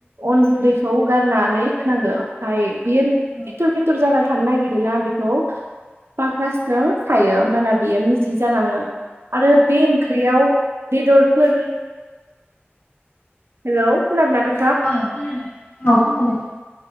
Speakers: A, on the right; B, on the left.
A: अन गुन्दैखौ गारनानै होनांगो ओमफाय बियो फिथुरफिथुर
B: औ
A: जाना थांनो नागिरोना बेखौ क्लासजों सायो होनबाना बियो मिथिं जालाङो। आरो बे ओंख्रियाव। बेदरफोर हेलौ खोनादो ना नों
B: औ खोनादों औ खोनादों।